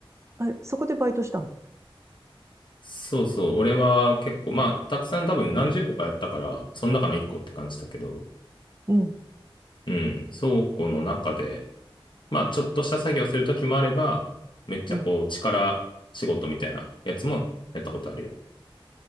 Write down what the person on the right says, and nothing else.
あれ、そこでバイトしたの
うん、
うん。